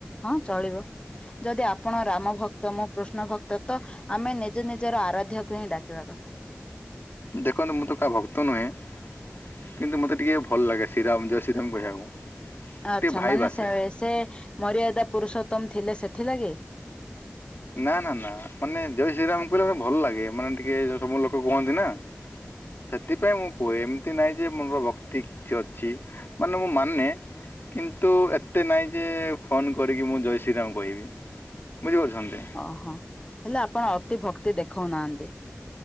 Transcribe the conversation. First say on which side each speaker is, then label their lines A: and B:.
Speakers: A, on the left; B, on the left.
A: ହଁ ଚଳିବ। ଯଦି ଆପଣ ରାମ ଭ ତ ମୁଁ କୃଷ୍ଣ ଭକ୍ତ ତ ଆମେ ନିଜ ନିଜର ଆରାଧ୍ୟାକୁ ହିଁ ଡାକିବା କଥା।
B: ଦେଖନ୍ତୁ ମୁଁ ତ କାହା ଭକ୍ତ ନୁହେଁ। କିନ୍ତୁ ମୋତେ ଟିକେ ଭଲ ଲାଗେ ଶ୍ରୀରାମ ଜୟ ଶ୍ରୀରାମ କହିବାକୁ।
A: ଆଚ୍ଛା
B: ଟିକେ ଭାଇବ୍
A: ମାନେ
B: ଆସେ
A: ସେ ସେ ମରିୟାଦା ପୁରୁଷୋତ୍ତମ ଥିଲେ ସେଥିଲାଗି?
B: ନା ନା ନା। ମାନେ ଜୟ ଶ୍ରୀରାମ କହିଲେ ମତେ ଭଲ ଲାଗେ। ମାନେ ଟିକେ ସବୁବେଳେ ଲୋକ କୁହନ୍ତି ନା। ସେଥିପାଇଁ ମୁଁ କୁହେ। ଏମିତି ନାହିଁ ଯେ ମୋର ଭକ୍ତି କିଛି ଅଛି। ମାନେ ମୁଁ ମାନେ। କିନ୍ତୁ ଏତେ ନାହିଁ ଯେ ଫୋନ୍ କରିକି ମୁଁ ଜୟ ଶ୍ରୀରାମ କହିବି। ବୁଝିପାରୁଛନ୍ତି।
A: ଓହ। ହେଲେ ଆପଣ ଅତି ଭକ୍ତି ଦେଖଉନାହାନ୍ତି।